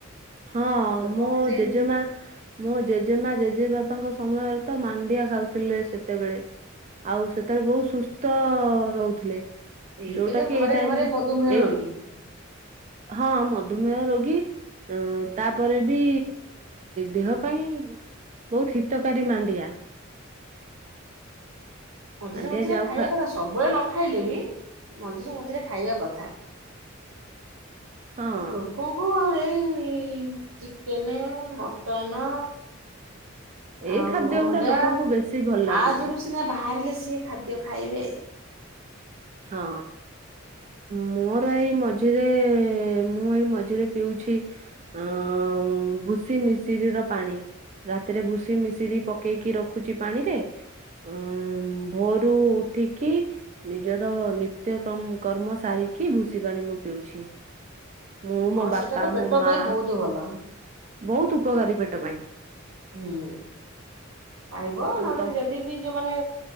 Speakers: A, on the right; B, on the right.
A: ହଁ,
B: ଲୋକମାନେ
A: ମୋ
B: ସେଇ
A: ଜେଜେମା ମୋ ଜେଜେମା ଜେଜେବାପାଙ୍କ ସମୟରେ ତ ମାନ୍ ମାଣ୍ଡିଆ ଖାଉଥିଲେ ସେତେବେଳେ। ଆଉ ସେତେବେଳେ ବହୁତ ସୁସ୍ଥ ରହୁଥିଲେ।
B: ଏବେ
A: ଯୋଉଟା
B: ତ
A: କି
B: ଘରେ
A: ଏଇ ଟାଇମ
B: ଘରେ
A: ରେ
B: ମଧୁମେହ
A: ଏଇ
B: ରୋଗୀ
A: ହଁ ମଧୁମେହ ରୋଗୀ। ତାପ୍- ତାପରେ ବି ଦେହ ପାଇଁ ବହୁତ ହିତକାରୀ ମାଣ୍ଡିଆ।
B: ମଝିରେ
A: ମାଣ୍ଡିଆ
B: ମଝିରେ
A: ଯାଉ
B: ଖାଇବା
A: ଖା
B: କଥା ସବୁବେଳେ ନ ଖାଇଲେ ବି ମଝିରେ ମଝିରେ ଖାଇବା କଥା
A: ହଁ।
B: ର କୋହୁ ଏଇ ଚିକେନ ମଟନ।
A: ଏଇ
B: ଆଉ
A: ଖାଦ୍ୟ
B: ଅଣ୍ଡା
A: ଗୁଡା ଲୋକଙ୍କୁ ବେଶୀ ଭଲ ଲାଗୁଛି
B: ଆ ଧିଅରୁ ସିନା ବାହାରିଲେ ସିଏ ଖାଦ୍ୟ ଖାଇବେ।
A: ହଁ। ମୋର ଏଇ ମଝିରେ ମୁଁ ଏଇ ମଝିରେ ପିଉଛି। ଆଁ ଭୁସି ମିସିିରି ର ପାଣି। ରାତିରେ ଭୁସି ମିଶିରି ପକେଇକି ରଖୁଛି ପାଣିରେ। ଅ ଭୋରୁ ଉଠିକି ନିଜର ନିତ୍ୟ କର୍ମ ସାରିକି ଭୁଷି ପାଣି ମୁଁ ପିଉଛି। ମୁଁ ମୋ
B: ହଁ
A: ବାପା
B: ସେଇଟା ତ ପେଟ
A: ମୋ ମାଁ।
B: <inaudible>
A: ବହୁତ ଉପକାରୀ ପେଟ ପାଇଁ।
B: ହୁଁ ଖାଇବ
A: ଆଉ
B: ନହେଲେ
A: ତମ
B: ଯଦି ବି। ଯୋଉ ମାନେ